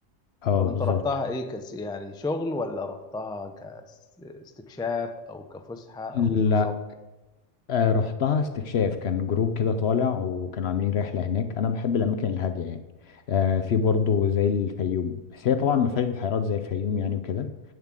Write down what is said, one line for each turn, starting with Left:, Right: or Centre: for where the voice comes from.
Left: اه
Centre: طب انت
Left: بالظبط
Centre: رحتها ايه كس يعني شغل ولا رحتها كاستكشاف او كفسحه او
Left: لا
Centre: ايه بالظبط
Left: آه، رحتها استكشاف كان جروب كده طالع وكانوا عاملين رحلة هناك انا بحب الاماكن الهادية يعني آه، في برضه زي الفيوم بس هي طبعا ما فيهاش بحيرات زي الفيوم يعني وكده